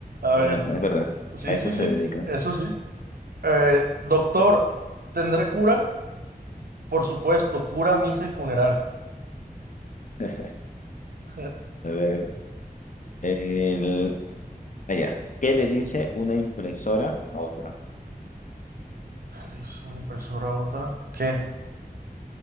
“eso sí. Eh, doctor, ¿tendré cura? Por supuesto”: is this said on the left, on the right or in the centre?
Right